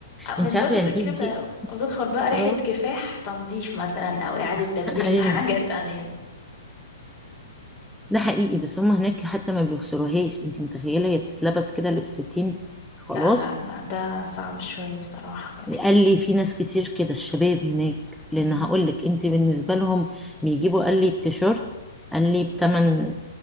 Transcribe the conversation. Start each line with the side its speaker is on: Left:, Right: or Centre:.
Left: اه مش
Centre: انت
Left: بس
Centre: عارفه يعني
Left: كده
Centre: ايه تجيب
Left: وتدخل بقى رحلة
Centre: اه
Left: كفاح تنظيف مثلا او اعادة
Centre: <laughs>
Left: تدوير في
Centre: ايوه
Left: <laughs> حاجة تانية
Centre: ده حقيقي بس هم هناك حتى ما بيغسلوهاش انت متخيله هي بتتلبس كده لبستين خلاص
Left: لا لا لا ده صعب شوية بصراحة يعني.
Centre: قال لي في ناس كتير كده الشباب هناك لان
Left: مم.
Centre: هقول لك انت بالنسبه لهم بيجيبوا قال لي التيشيرت قال لي بتمن